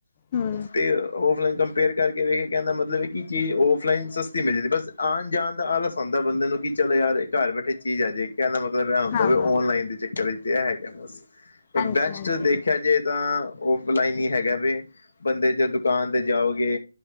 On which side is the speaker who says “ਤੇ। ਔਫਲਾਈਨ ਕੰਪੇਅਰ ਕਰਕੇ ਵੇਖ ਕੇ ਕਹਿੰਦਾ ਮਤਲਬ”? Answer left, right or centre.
Left